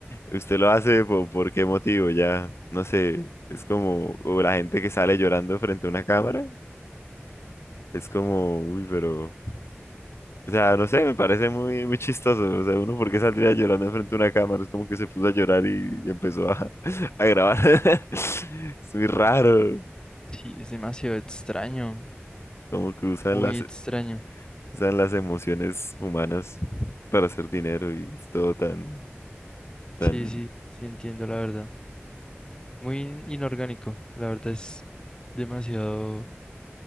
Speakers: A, on the left; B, on the left.
A: usted lo hace po- por, qué motivo, ya no sé. Es como o la gente que sale llorando frente a una cámara. Es como, uy, pero, o sea, no sé, me parece muy, muy chistoso. O sea, uno, ¿por qué saldría llorando frente a una cámara? Es como que se puso a llorar y, y empezó a, <laughs> a grabar. <laughs> Es muy raro.
B: sí, es demasiado extraño,
A: Como que usan
B: muy
A: las,
B: extraño.
A: usan las emociones humanas para hacer dinero y es todo tan, tan...
B: Sí, sí, sí entiendo la verdad. Muy inorgánico, la verdad es demasiado